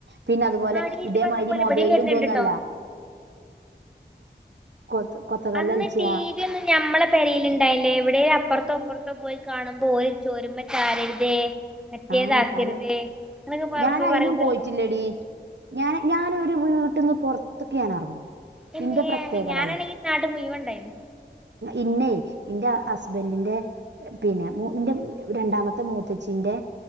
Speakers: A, on the right; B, in the centre.
A: പിന്നെ അത്പോലെ
B: ആടി ഇജ്ജ്
A: ഇതേമായ്‌രി
B: പറഞ്ഞ പോലെ
A: മൊബൈലും
B: ഇബടിം വര്ന്ണ്ട്
A: തൊന്നല്ല
B: ട്ടോ
A: <unintelligible>
B: അന്ന്
A: കളിച്ചാ
B: ടി വി ഒന്നും ഞമ്മളെ പരേൽണ്ടായില്ലേ എവിടെ അപ്പറ പുറത്തോപ്പുറത്തോ പോയി കാണുമ്പോ ഒരു ചോരുമ ചാരരുതേ മറ്റേതാക്കരുത്
A: ആഹ പല
B: എന്നൊക്കെ പറയുമ്പോ
A: ഞാനയിനും
B: പറയുമ്പോ
A: പോയിട്ടില്ലടിഞൻ ഞാന ഒരു വീട്ട്ന്ന് പുറത്ത് ൻറങ്ങൂല
B: ഇമ്മേ
A: ഇന്റെ പ്രത്യേകത
B: അങ്ങ് ഞാനാണെങ്കി
A: അതാ
B: നാട്ട് മുഴുവൻ ഇണ്ടായിന്നു
A: ഇന്നെ എന്റെ ഹസ്ബൻറിന്റെ പിന്നെ മ ഇന്റെ രണ്ടാമത്തെ മൂത്തച്ച്ചിന്റെ